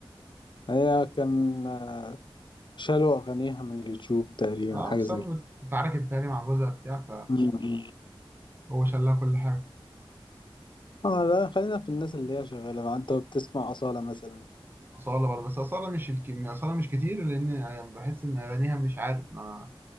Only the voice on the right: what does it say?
اه
بسبب
اتعاركت تاني مع جوزها بتاع
فهو شالها كل حاجة
أصالة برضه بس أصالة مش الكمية أصالة مش كتير لأن يعني بحس إن أغانيها مش عارف ما